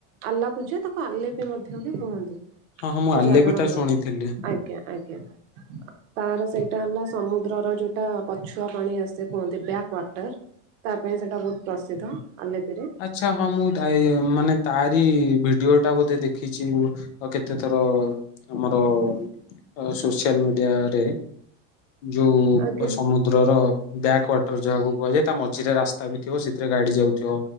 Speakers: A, on the right (about 75°); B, on the left (about 85°).
A: ଆଲ୍ଲାପୂଜା ତାକୁ ଆଲେପି ମଧ୍ୟ ବି କୁହନ୍ତି
B: ହଁ ହଁ ମୁଁ
A: ସେ
B: ଆଲେପିଠା
A: ଜାଗାର ନାଁ
B: ଶୁଣିଥିଲି।
A: ଆ ଜ୍ଞା ଆଜ୍ଞା।
B: <inaudible>
A: ତାର ସେଇଟା ହେଲା ସମୁଦ୍ରର ଯୋଉଟା ପଛୁଆ ପାଣି ଆସେ କୁହନ୍ତି ବ୍ୟାକ ୱାଟର। ତା ପାଇଁ ସେଇଟା ବହୁତ୍ ପ୍ରସିଦ୍ଧ ଆଲେପିରେ।
B: ଆଛା ହଁ ମୁଁ ତାଇଏ ମାନେ ତାରି ଭିଡ଼ଓ ଟା ବୋଧେ ଦେଖିଛି ଓ ଆଉ କେତେଥର ଆମର ଅ ସୋସିଆଲ ମିଡ଼ିଆରେ ଯୋଉ
A: ଆଜ୍ଞା।
B: ପ ସମୁ ଦ୍ରରର ବ୍ୟାକ୍ ୱାଟର ଯାହାକୁ କୁହାଯାଏ ତା ମଝିରେ ରାସ୍ତା ବି ଥିବ ସେଥିରେ ଗାଡ଼ି ଯାଉଥିବ।